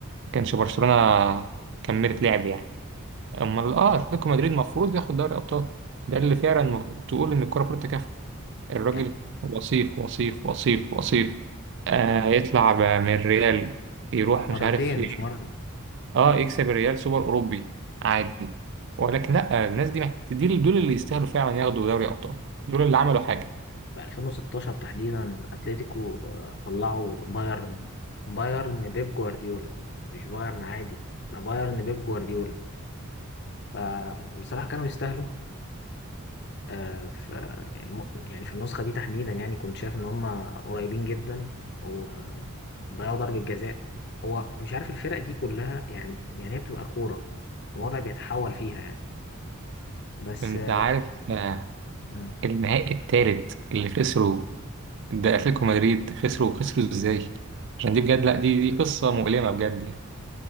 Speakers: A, on the right (about 55°); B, on the left (about 50°).
A: كانش برشلونة كملت لعب يعني أمال اه أتلتيكو مدريد المفروض ياخد دوري أبطال ده اللي فعلا تقول إن الكرة المفروض تكافئه الراجل
B: يعني
A: وصيف وصيف وصيف وصيف آه يطلع ب- من الريال يروح
B: مرتين
A: مش عارف في إيه.
B: مش مره
A: اه يكسب الريال سوبر اوروبي عادي ولكن لا الناس دي محت- دي دول اللي يستاهلوا فعلا ياخدوا دوري ابطال دول اللي عملوا حاجه
B: في 2016 تحديدا اتلتيكو آه، طلعوا بايرن بايرن بيب جوارديولا مش بايرن عادي ده بايرن بيب جوارديولا فبصراحه كانوا يستاهلوا آه، ف يعني م- يعني في النسخة دي تحديدا يعني كنت شايف إن هما قريبين جدا وضيعوا ضربة جزاء هو مش عارف الفرق دي كلها يعني يعني هي بتبقى كورة الوضع بيتحول فيها يعني بس
A: انت
B: آه،
A: عارف آه
B: مم.
A: النهائي الثالث اللي خسروا ده اتلتيكو مدريد خسروا خسروا ازاي عشان دي بجد لا دي دي قصه مؤلمه بجد